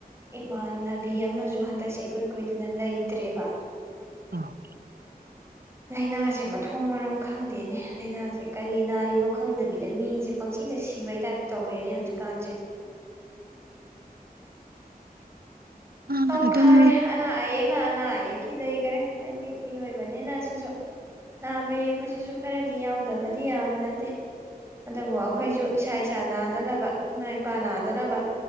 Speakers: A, on the right; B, on the right.
A: ꯏꯃꯥꯟ ꯅꯕꯤ ꯑꯃꯁꯨ ꯍꯟꯗꯛꯁꯦ ꯏꯀꯨꯏ ꯀꯨꯏꯗꯅ ꯂꯩꯇ꯭ꯔꯦꯕ
B: ꯑ
A: ꯂꯥꯏꯅꯥꯁꯦ ꯃꯊꯣꯡ ꯃꯔꯝ ꯈꯪꯗꯦꯅꯦ ꯂꯥꯏꯅꯥꯁꯦ ꯀꯔꯤ ꯅꯥꯔꯤꯅꯣ ꯈꯪꯗꯕꯤꯅꯤ ꯃꯤꯖꯦ ꯄꯪꯁꯤꯗ ꯁꯤꯕꯩ ꯇꯥꯏꯞ ꯇꯧꯔꯦꯅꯦ ꯍꯧꯖꯤꯛꯀꯥꯟꯁꯦ
B: ꯑꯥ
A: ꯑꯣ
B: ꯑꯗꯨꯝ
A: ꯐꯔꯦꯅ ꯌꯦ ꯑꯅꯥ ꯑꯌꯦꯛꯀꯤ ꯂꯩꯈꯔꯦ ꯍꯥꯏꯗꯤ ꯃꯤꯑꯣꯏꯕꯅꯦꯅ ꯁꯤꯁꯨ ꯅꯥꯕ ꯌꯦꯛꯄꯁꯤꯁꯨ ꯈꯔꯗꯤ ꯌꯥꯎꯗꯕꯗꯤ ꯌꯥꯕ ꯅꯠꯇꯦ ꯑꯗꯨꯕꯨ ꯑꯩꯈꯣꯏꯁꯨ ꯏꯁꯥ ꯏꯁꯥ ꯅꯥꯗꯅꯕ ꯏꯃꯥ ꯏꯄꯥ ꯅꯥꯗꯅꯕ